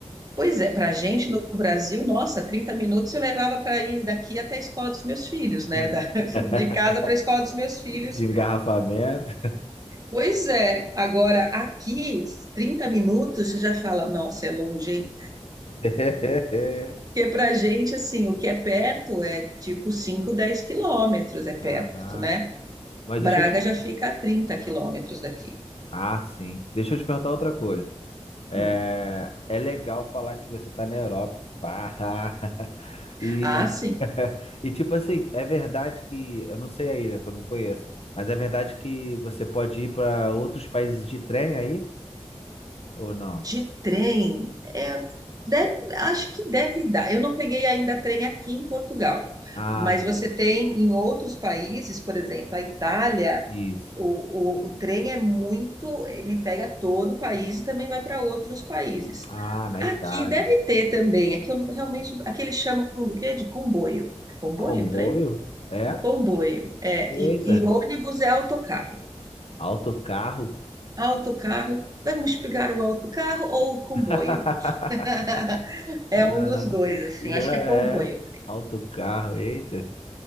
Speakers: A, on the right; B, on the left.
A: Pois é, para a gente no Brasil, nossa, 30 minutos eu levava para ir daqui até a escola dos meus filhos,
B: <laughs>
A: né? Da- <laughs> de casa para a escola dos meus filhos,
B: de engarrafamento.
A: Pois é, agora aqui, 30 minutos, você já fala, nossa, é longe, hein?
B: <laughs>
A: Porque pra gente, assim, o que é perto é tipo 5 10 quilômetros é perto,
B: Caraca.
A: né?
B: Mas
A: Braga
B: deixa eu te...
A: já fica a 30 quilômetros daqui.
B: Ah, sim. Deixa eu te perguntar outra coisa. É,
A: Hum.
B: é legal falar que você tá na Europa. Pá. <laughs> E,
A: Ah, sim,
B: <laughs> e tipo assim, é verdade que... Eu não sei aí, né? Que eu não conheço. Mas é verdade que você pode ir para outros países de trem aí? Ou não?
A: de trem, é, deve- acho que deve dar. Eu não peguei ainda trem aqui em Portugal,
B: Ah,
A: mas você
B: sim.
A: tem em outros países, por exemplo, a Itália
B: Isso.
A: O, o, o trem é muito, ele pega todo o país e também vai para outros países.
B: Ah, na
A: Aqui
B: Itália.
A: deve ter também, aqui eu realmente, aqui eles chamam do quê? De comboio. É comboio,
B: Comboio?
A: trem?
B: É?
A: Comboio. É, e,
B: Eita,
A: e ônibus é autocarro.
B: autocarro.
A: Autocarro, vamos pegar o autocarro ou o comboio
B: <laughs>
A: hoje? <laughs> É
B: Ah,
A: um dos dois, assim,
B: que gra...
A: acho que é comboio.
B: É, autocarro, eita.